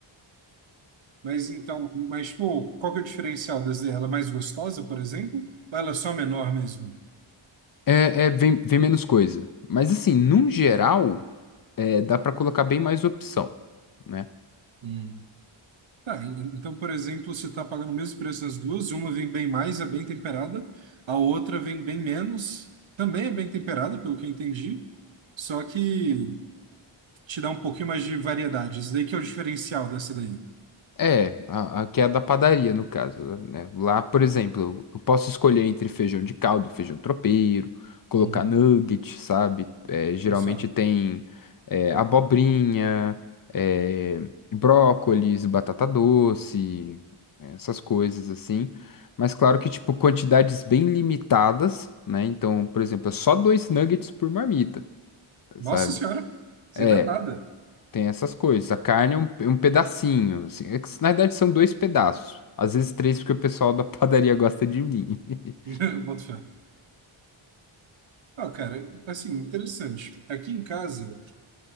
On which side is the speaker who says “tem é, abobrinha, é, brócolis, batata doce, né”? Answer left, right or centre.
Left